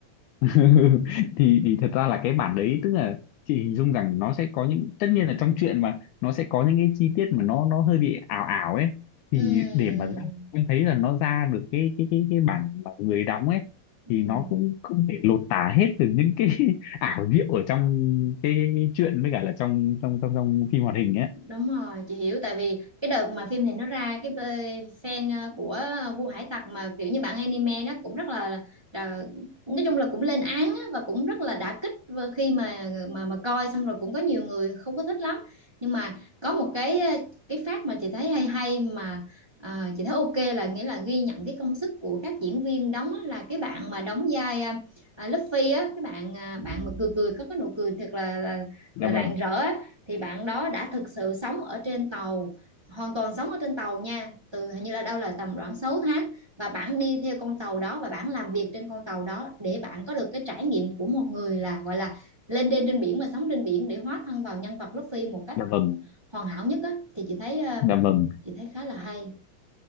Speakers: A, on the left (about 85°); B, on the right (about 20°).
A: <laughs> thì thì thật ra là cái bản đấy tức là chị hình dung rằng nó sẽ có những tất nhiên là trong chuyện mà nó sẽ có những cái chi tiết mà nó nó hơi bị ảo ảo ấy thì
B: Ừm,
A: để mà ra- em thấy là nó ra được cái cái cái cái bản mà người đóng ấy
B: ừm.
A: thì nó cũng không thể lột tả hết được những cái <laughs> ảo diệu ở trong cái, cái, cái truyện với cả là trong trong trong trong phim hoạt hình ấy
B: Đúng rồi, chị hiểu tại vì cái đợt mà phim này nó ra cái bê- fan ờ, của Vua Hải Tặc mà kiểu như bạn anime nó cũng rất là, là nói chung là cũng lên án á, và cũng rất là đả kích vừa khi mà mà mà coi xong rồi cũng có nhiều người không có thích lắm. Nhưng mà có một cái ờ, cái phát mà chị thấy hay hay mà ờ, chị thấy ok là nghĩa là ghi nhận cái công sức của các diễn viên đóng á, là cái bạn mà đóng vai ờ, ờ, Luffy á, cái bạn ờ, bạn mà cười cười có cái nụ cười thật là là,
A: dạ
B: là
A: vâng
B: rạng rỡ á thì bạn đó đã thực sự sống ở trên tàu hoàn toàn sống ở trên tàu nha từ hình như là đâu là tầm khoảng sáu tháng và bạn đi theo con tàu đó và bạn làm việc trên con tàu đó để bạn có được cái trải nghiệm của một người là gọi là lên đên trên biển và sống trên biển để hóa thân vào nhân vật Luffy một cách
A: dạ vâng
B: hoàn hảo nhất á thì chị thấy ờ,
A: dạ vâng
B: chị thấy khá là hay